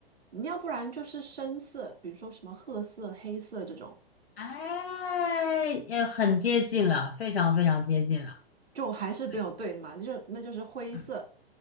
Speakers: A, on the right; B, on the left.
A: 你要不然就是深色，比如说什么褐色、黑色这种，
B: 哎，也很接近了，非常非常接近了。
A: 就还是没有对嘛，
B: 对，
A: 那就那就是灰色、
B: 嗯